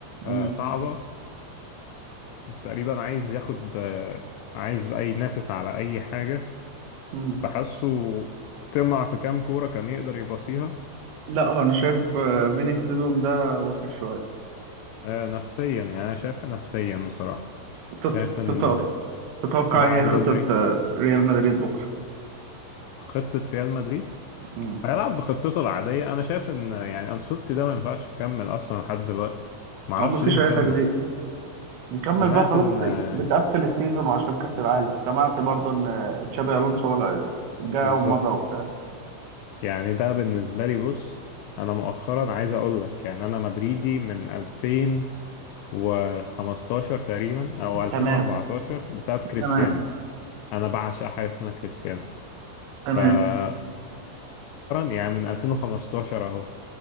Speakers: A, on the right; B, on the left.
A: مم.
B: آه صعبه تقريبا عايز ياخد آه عايز بقى ينافس على اي حاجه
A: مم.
B: فحسه طمع في كام كوره كان يقدر يباصيها
A: لا هو انا شايف آه، فيني السيزون ده وحش شوية
B: آه نفسيا يعني انا شايفها نفسيا بصراحه
A: تط-
B: شايف ان
A: تط- تتوقع
B: بعد
A: إيه هي خطة
B: رودري
A: آه، ريال مدريد بكرة
B: خطة ريال مدريد
A: مم.
B: هيلعب بخطته العادية أنا شايف إن يعني أنشيلوتي ده ما ينفعش يكمل أصلا لحد دلوقتي معرفش
A: هو مفيش
B: ليه مكمل
A: أي تجديد نكمل
B: سمعت
A: بقى خلاص
B: إن آه،
A: بتقفل السيزون وعشان كأس العالم سمعت برضو إن آه، تشابي ألونسو هو اللي جه
B: بالظبط
A: ومضى وبتاع
B: يعني ده بالنسبة لي بص أنا مؤخرا عايز أقول لك يعني أنا مدريدي من 2015 تقريبا أو 2014
A: تمام
B: بسبب كريستيانو
A: تمام
B: أنا بعشق حاجة اسمها كريستيانو فمؤخرا
A: تمام
B: يعني من 2015 أهو